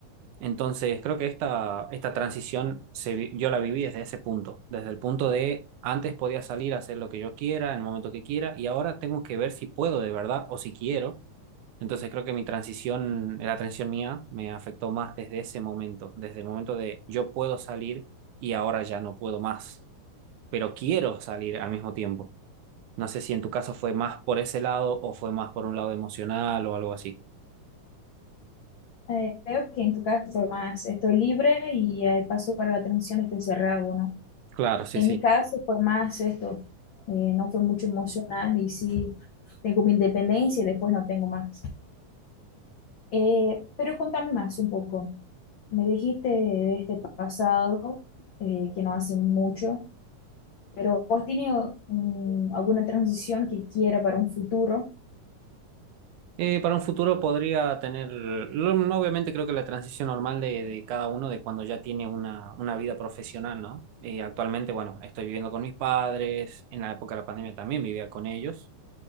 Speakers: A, on the right; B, on the left.
A: Entonces, creo que esta, esta transición se, vi- yo la viví desde ese punto, desde el punto de antes podía salir a hacer lo que yo quiera, en el momento que quiera, y ahora tengo que ver si puedo de verdad o si quiero entonces creo que mi transición, la transición mía me afectó más desde ese momento, desde el momento de yo puedo salir y ahora ya no puedo más, pero quiero salir al mismo tiempo. No sé si en tu caso fue más por ese lado o fue más por un lado emocional o algo así.
B: Eh, creo que en tu caso fue más, estoy libre y eh, paso para la transición, estoy cerrado, ¿no?
A: Claro, sí,
B: En
A: sí.
B: mi caso fue más esto, eh, no fue mucho emocional y sí tengo mi independencia y después no tengo más. Eh, pero contame más un poco. Me dijiste de este pasado, eh, que no hace mucho, pero ¿vos tienes mm, alguna transición que quiera para un futuro?
A: Eh, para un futuro podría tener, lo- no, obviamente creo que la transición normal de, de cada uno de cuando ya tiene una, una vida profesional, ¿no? Eh, actualmente, bueno, estoy viviendo con mis padres, en la época de la pandemia también vivía con ellos.